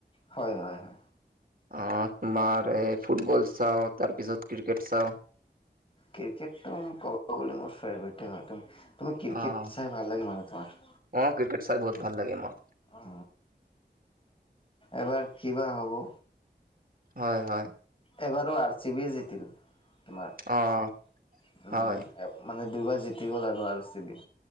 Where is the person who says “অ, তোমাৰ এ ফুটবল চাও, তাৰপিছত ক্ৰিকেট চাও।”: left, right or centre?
Right